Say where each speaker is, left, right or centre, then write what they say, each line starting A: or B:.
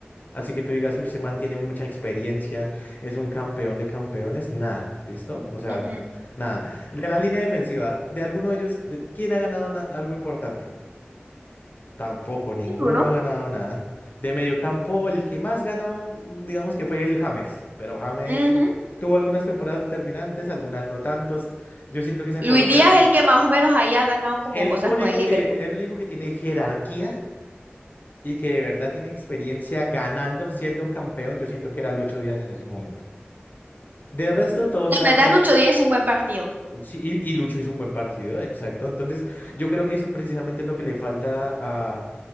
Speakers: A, on the left; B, on the right.
A: Así que tú digas, uy, ese man tiene mucha experiencia, es un campeón de campeones. Nada, ¿listo? O sea,
B: Mm, mm.
A: nada. De la línea defensiva, de alguno de ellos, de- ¿quién ha ganado na- algo importante? Tampoco, ninguno
B: Bruno.
A: ha ganado nada. De mediocampo, el que más ganó, mm, digamos que fue el James, pero James
B: Ujú.
A: tuvo algunas temporadas determinantes, algunas no tantos. Yo siento que esa
B: Luis
A: Colombia,
B: Díaz es el que más o menos ahí ha ganado como
A: el
B: cosas
A: único
B: con el Liverpool.
A: que, el único que tiene jerarquía y que de verdad tiene experiencia ganando, siendo campeón, yo siento que era Lucho Díaz en ese momento. De resto, todos
B: La
A: eran,
B: verdad,
A: pri-
B: Lucho Díaz es un buen partido.
A: Sí, y, y Lucho hizo un buen partido, exacto. Entonces, yo creo que eso precisamente es lo que le falta a,